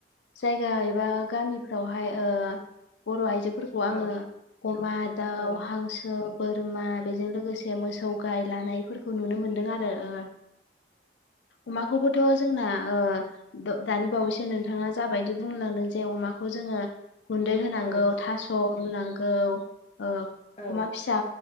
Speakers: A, on the left; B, on the left.
A: जायगा एबा गामिफ्रावहाय ओ बर' आइजो फोरखौ आङो
B: औ
A: अमा दाउ
B: औ
A: हांसो बोरमा बेजों लोगोसे मोसौ गाय लानायफोरखौ नुनो मोनदों आरो ओ अमाखौबोथ' जोंना ओ द-दानि बावैसो नों थाङा जाबायदि बुंलांदों जे अमाखौ जोङो गुन्दै होनांगौ
B: औ
A: थास' रुनांगौ ओ
B: औ
A: अमा फिसा